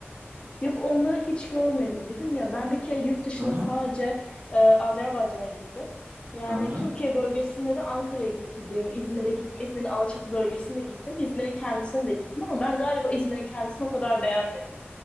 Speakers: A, on the left (about 25°); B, on the right (about 40°).
A: Yok onları hiç görmedim dedim ya. Ben bir kere yurt dışına
B: Hı hı.
A: sadece e, Azerbaycan'a gittim. Yani
B: Hı hı.
A: Türkiye bölgesinde de Ankara'ya gittim, İzmir'e gittim, İzmir'in Alaçatı bölgesine gittim, İzmir'in kendisine de gittim ama ben galiba İzmir'in kendisini o kadar beğenmedim.